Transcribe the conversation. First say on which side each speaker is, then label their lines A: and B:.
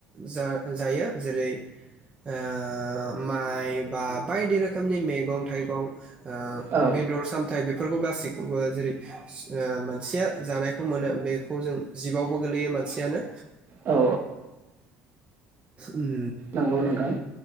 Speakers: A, on the right; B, on the right.
A: जा-जायो जेरै ओ माइ बा बायदि रोखोमनि मेगं थाइगं ओ
B: औ
A: बेदर सामथाइ बे फोरखौ गासैखौबो जेरै ओ मानसिया जानायखौ मोनो बेखौ जों जिबावबो गोलैयो मानसियानो,
B: औ
A: उम।
B: नोंगौ नोंथां।